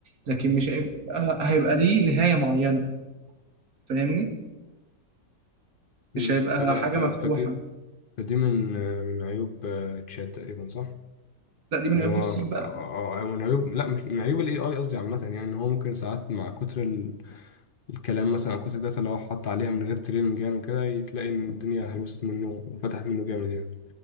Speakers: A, on the right; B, on the left.
A: لكن مش هيبقى هيبقى ليه نهاية معينة فاهمني؟
B: امم
A: مش هيبقى
B: فده
A: حاجة
B: ف...
A: مفتوحة
B: فدي فدي من من عيوب آه، تشات تقريبا صح؟
A: لا دي من
B: ان
A: يبدي
B: هو
A: بسيك بقى
B: آه، آه، من عيوب لا مش من عيوب الاي اي قصدي عامه يعني ان هو ممكن ساعات مع كتر ال- الكلام مثلا او كتر الداتا اللي هو حط عليها من غير تريننج يعني كده تلاقي ان الدنيا هيوصل منه وفتحت منه جامد يعني